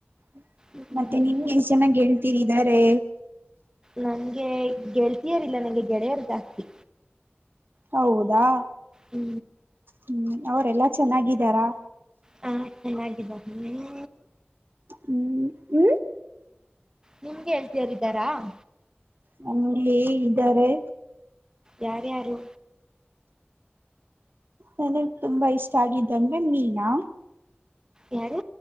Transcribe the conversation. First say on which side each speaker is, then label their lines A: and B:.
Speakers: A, on the right; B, on the right.
A: <inaudible>
B: ಹ್ಮ್
A: ಮತ್ತೆ ನಿಮ್ಗೆ ಎಷ್ಟ ಜನ ಗೆಳತಿರಿ ಇದ್ದರೆ
B: ನಂಗೆ ಗೆಳ್ತಿಯರಿಲ್ಲ ನಂಗೆ ಗೆಳೆಯರು ಜಾಸ್ತಿ
A: ಹೌದಾ
B: ಹು
A: ಹ್ಮ್ ಅವರೆಲ್ಲಾ ಚೆನ್ನಾಗಿದ್ದಾರಾ.
B: ಹು ಚೆನ್ನಾಗಿದ್ದ ನೀವೂ
A: ಹು ಹ್ಮ
B: ನಿಮ್ಗೆಳ್ತೀಯರಿದ್ದಾರ
A: ನಮಗೆ ಇದ್ದಾರೆ
B: ಯಾರ ಯಾರು
A: ನನಗ್ ತುಂಬಾ ಇಷ್ಟ ಆಗಿದ್ದಂದ್ರೆ ಮೀನಾ.
B: ಯಾರು